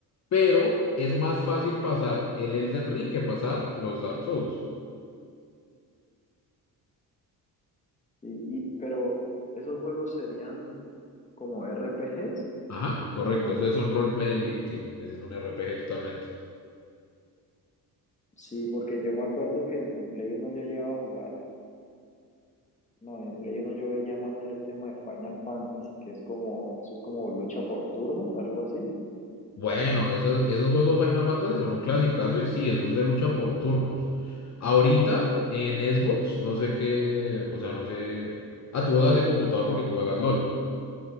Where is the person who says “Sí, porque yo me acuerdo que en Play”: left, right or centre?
Left